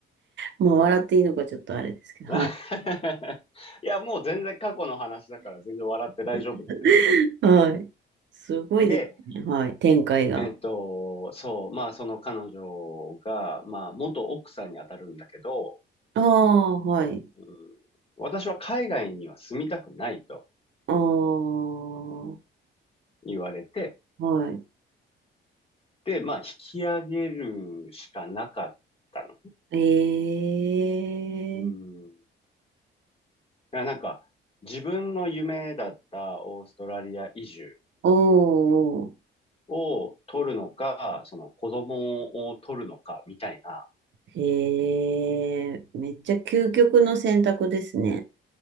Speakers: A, on the right; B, on the left.
A: まあ、笑っていいのかちょっとあれですけど、
B: <laughs>
A: は
B: いや、もう全然過去の話だから全然笑って大丈夫なんだけど。
A: い。はい。すごいですね。
B: で、
A: はい。展開が。
B: えっと、そう、まあ、その彼女が、まあ、元奥さんに当たるんだけど、
A: ああ、はい。
B: うん私は海外には住みたくないと
A: ああ、は
B: 言われて、
A: い。
B: で、まあ、引き上げるしかなかったの。
A: ええ
B: うん。だからなんか、自分の夢だったオーストラリア移住
A: おーお
B: を取るのか、その子供を取るのか、みたいな。
A: ー、へえ、めっちゃ究極の選択ですね。